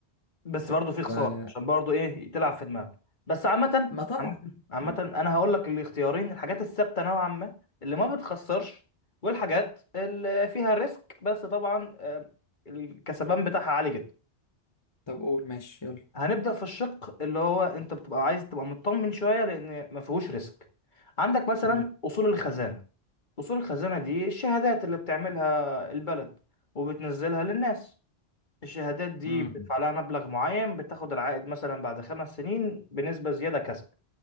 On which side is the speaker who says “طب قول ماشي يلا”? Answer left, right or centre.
Left